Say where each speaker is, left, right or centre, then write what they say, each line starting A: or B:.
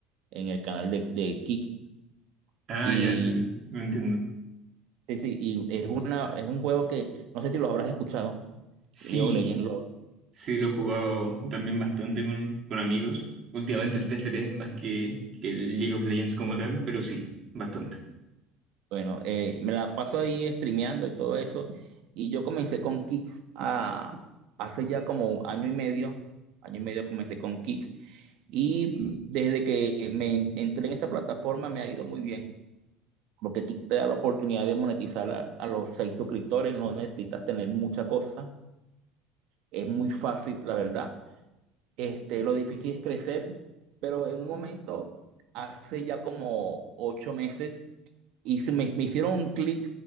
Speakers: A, on the right; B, on the right.
A: en el canal de, de Kick.
B: Ah,
A: Y,
B: ya, sí, lo entiendo.
A: sí, sí, y es una, es un juego que no sé si lo habrás escuchado,
B: Sí,
A: League of Legends.
B: Sí, lo he jugado también bastante con, con amigos. Últimamente el TFT, más que, que el League of Legends como tal, pero sí, bastante.
A: Bueno, eh, me la paso ahí streameando y todo eso. Y yo comencé con Kicks a- hace ya como año y medio. Año y medio comencé con Kicks. Y mm, desde que me en- entré en esa plataforma me ha ido muy bien. Porque Kicks te da la oportunidad de monetizar a, a los seis suscriptores. No necesitas tener mucha cosa. Es muy fácil, la verdad. Este, lo difícil es crecer. Pero en un momento, hace ya como ocho meses. Y se me, me hicieron un clic,